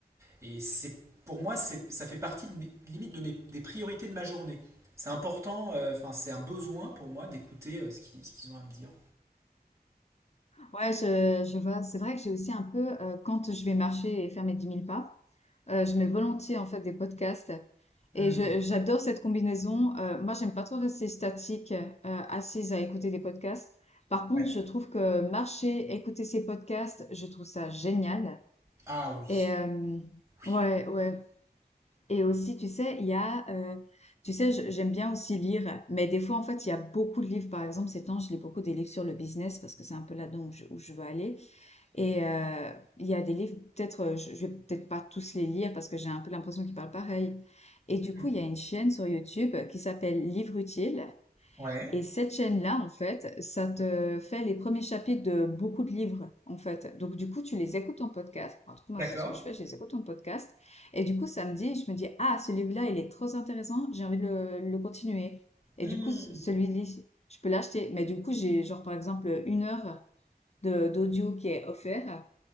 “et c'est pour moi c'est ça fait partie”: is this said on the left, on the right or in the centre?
Right